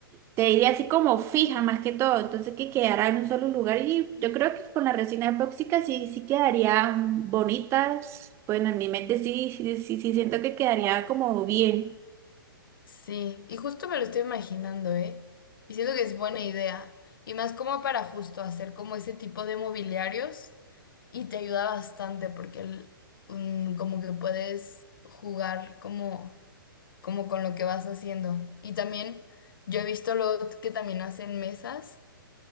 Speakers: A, on the right; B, on the left.
A: te diría así como fija más que todo, entonces que quedara en un solo lugar y yo creo que con la resina epóxica sí, sí quedarían bonitas. Bueno, en mi mente sí, sí, sí, sí siento que quedaría como bien.
B: Sí, y justo me lo estoy imaginando, ¿eh? Y siento que es buena idea. Y más como para justo hacer como ese tipo de mobiliarios y te ayuda bastante porque el- mm, como que puedes jugar como, como con lo que vas haciendo. Y también yo he visto luego que también hacen mesas